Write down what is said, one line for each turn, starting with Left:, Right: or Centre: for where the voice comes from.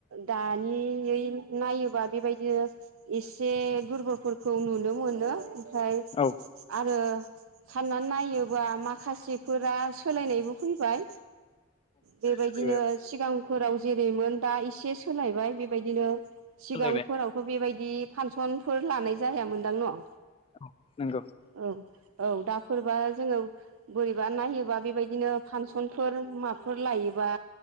Right: दानियै नायोबा बेबायदिनो एसे दुरबलफोरखौ नुनो मोनो ओमफ्राय
Left: औ
Right: आरो सानना नायोबा माखासेफोरा सोलायनायबो फैबाय। बेबायदिनो
Left: सोलायबाय
Right: सिगां फोराव जेरैमोन दा एसे सोलायबाय बेबायदिनो सिगांफोरावथ'
Left: सोलायबाय
Right: बेबाय दि फानसनफोर लानाय जायामोनदां न'?
Left: औ नों
Right: औ औ दाफोरबा जोङो बोरैबा नायोबा बेबायदिनो फानसनफोर <unintelligible> माफोर लायोबा